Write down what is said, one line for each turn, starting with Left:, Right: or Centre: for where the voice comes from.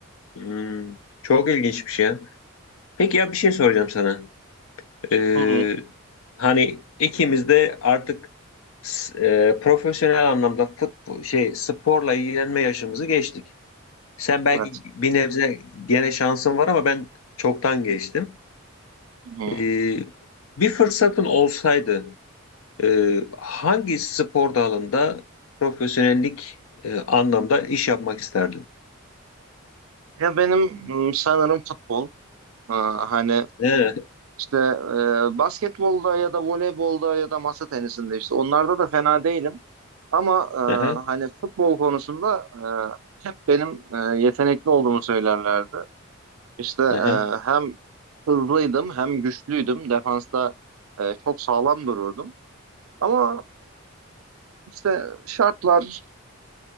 Left: Hmm, çok ilginçmiş ya. Peki ya bir şey soracağım sana. Ee,
Right: Hı hı.
Left: hani ikimiz de artık s- e, profesyonel anlamda futbol şey sporla ilgilenme yaşımızı geçtik. Sen belki
Right: Evet.
Left: bir nebze gene şansın var ama ben çoktan geçtim.
Right: Hı hı.
Left: Ee, bir fırsatın olsaydı e, hangi spor dalında profesyonellik e, anlamda iş yapmak isterdin?
Right: Ya benim m, sanırım futbol, Aa, hani
Left: Evet.
Right: işte e, basketbolda ya da voleybolda ya da masa tenisinde işte onlarda da fena değilim. Ama e,
Left: Aha,
Right: hani futbol konusunda e, hep benim e, yetenekli olduğumu söylerlerdi. İşte e,
Left: aha.
Right: hem hızlıydım hem güçlüydüm. Defansta e, çok sağlam dururdum. Ama e, işte şartlar